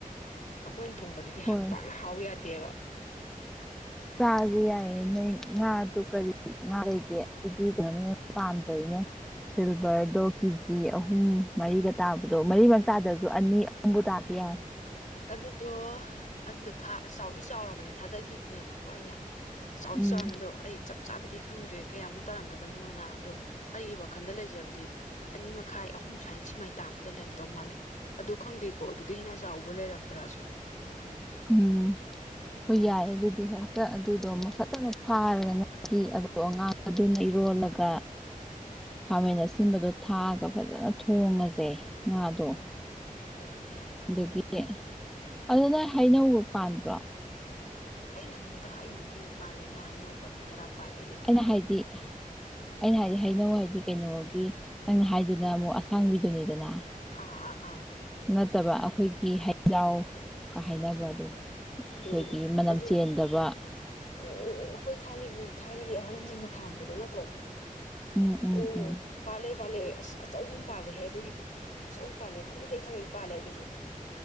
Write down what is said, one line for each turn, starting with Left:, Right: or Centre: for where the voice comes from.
Left: ꯑꯩꯈꯣꯏꯅ ꯊꯣꯡꯕꯗꯨꯗꯤ
Centre: ꯍꯣꯏ
Left: ꯄꯥꯛꯅ ꯍꯥꯎ ꯌꯥꯗꯦꯕ
Centre: ꯆꯥꯥꯖꯤ ꯌꯥꯏꯌꯦ ꯅꯣꯏ ꯉꯥꯗꯣ ꯀꯔꯤ ꯉꯥꯗꯩꯗꯤ ꯎꯇꯤ ꯊꯣꯡꯕꯅ ꯍꯦꯟ ꯄꯥꯝꯖꯩꯅꯦ ꯁꯤꯜꯚꯔꯗꯣ ꯀꯦꯖꯤ ꯑꯍꯨꯝ ꯃꯔꯤꯒ ꯇꯥꯕꯗꯣ ꯃꯔꯤꯃꯛ ꯇꯥꯗ꯭ꯔꯖꯨ ꯑꯅꯤ ꯑꯍꯨꯝꯕꯨ ꯇꯥꯔꯗꯤ ꯌꯥꯔꯦ
Left: ꯑꯗꯨꯗꯣ ꯑꯗꯨꯗꯣ ꯐꯥ ꯆꯥꯎꯗꯤ ꯆꯥꯎꯔꯕꯅꯦ ꯊꯥꯗꯒꯤꯕꯅꯦꯕꯀꯣ ꯑꯩꯅ ꯆꯥꯎꯖꯨꯆꯥꯎꯔꯝ
Centre: ꯎꯝ
Left: ꯑꯗꯣ ꯑꯩ ꯆꯞ ꯞ ꯆꯥꯕꯤꯗꯤ ꯈꯪꯗ꯭ꯔꯦ ꯀꯌꯥꯃꯨꯛ ꯇꯥꯔꯝꯒꯗꯕꯅꯣꯅ ꯑꯗꯣ ꯑꯩꯒꯤ ꯋꯥꯈꯟꯗ ꯂꯩꯖꯕꯗꯤ ꯑꯅꯤ ꯃꯈꯥꯏ ꯑꯍꯨꯝ ꯁꯨꯃꯥꯏꯅ ꯁꯤꯃꯥꯏ ꯇꯥꯕꯗ ꯂꯩꯝꯗꯧ ꯃꯥꯜꯂꯦ ꯑꯗꯨ ꯈꯪꯗꯦꯀꯣ ꯑꯗꯨꯗꯤ ꯍꯦꯟꯅ ꯆꯥꯎꯕ ꯕꯨ ꯂꯩꯔꯝꯗ꯭ꯔꯥꯁꯨ
Centre: ꯎꯝ ꯍꯣꯏ ꯌꯥꯏꯌꯦ ꯑꯗꯨꯗꯤ ꯍꯦꯛꯇ ꯑꯗꯨꯗꯣ ꯑꯃ ꯐꯖꯅ ꯐꯥꯔꯒꯅ ꯄꯤꯑꯕ ꯑꯗꯣ ꯑꯉꯥꯡ ꯑꯗꯨꯅ ꯏꯔꯣꯜꯂꯒ
Left: <inaudible>
Centre: ꯈꯥꯃꯦꯟ ꯑꯁꯤꯟꯕꯗꯣ ꯊꯥꯛꯑꯒ ꯐꯖꯅ ꯊꯣꯡꯉꯁꯦ ꯉꯥꯗꯣ
Left: ꯎꯝ ꯍꯣꯏ ꯌꯥꯏ
Centre: ꯑꯗꯒꯤ ꯑꯗꯨ ꯅꯪ ꯍꯩꯅꯧ ꯄꯥꯟꯕꯥꯟꯗ꯭ꯔꯣ
Left: ꯑꯩꯅ ꯅꯉꯣꯟꯗ ꯍꯥꯏꯔꯤꯗꯨꯗꯤ ꯄꯥꯜꯂꯦꯅ ꯍꯩꯅꯧ ꯄꯥꯝꯕꯤ ꯇꯔꯥ ꯄꯥꯜꯂꯦ ꯑꯗꯨ
Centre: ꯑꯩꯅ
Left: ꯊꯥꯗꯣꯛꯀꯦꯅ
Centre: ꯍꯥꯏꯗꯤ ꯑꯩꯅ ꯍꯥꯏꯗꯤ ꯍꯩꯅꯧ ꯍꯥꯏꯗꯤ ꯀꯩꯅꯣꯒꯤ ꯅꯪꯅ ꯍꯥꯏꯗꯨꯅ ꯑꯃꯨꯛ ꯑ ꯁꯥꯡꯕꯤꯗꯨꯅꯤꯗꯅ
Left: ꯑꯥ ꯑꯥ ꯑꯥ
Centre: ꯅꯠꯇꯕ ꯑꯈꯣꯏꯒꯤ ꯍꯩꯖꯥꯎ ꯀ ꯍꯥꯏꯅꯕꯗꯣ
Left: ꯑꯣ
Centre: ꯈꯣꯏꯒꯤ
Left: ꯑꯣ
Centre: ꯃꯅꯝ
Left: ꯑꯗꯨꯔꯣ
Centre: ꯆꯦꯟꯗꯕ
Left: ꯑꯣ ꯑꯣ ꯑꯣ ꯑꯣ ꯑꯈꯣꯏ ꯊꯥꯏꯅꯒꯤ ꯊꯥꯏꯅꯒꯤ ꯑꯍꯟꯖꯤꯡꯅ ꯊꯥꯔꯝꯕꯗꯣ ꯅꯠꯇ꯭ꯔꯣ
Centre: ꯎꯝ ꯎꯝ
Left: ꯑꯣ
Centre: ꯎꯝ
Left: ꯄꯥꯜꯂꯦ ꯄꯥꯜꯂꯦ ꯑꯁ‌ ꯑꯆꯧꯕ ꯑꯝ ꯄꯥꯜꯂꯦꯍꯦ ꯑꯗꯨꯒꯤꯗꯤ ꯑꯆꯧꯕ ꯑꯝ ꯄꯥꯜꯂꯦ ꯐꯖꯅ ꯇꯦꯛꯊꯒꯩ ꯄꯥꯜꯂꯦ ꯑꯗꯨꯁꯨ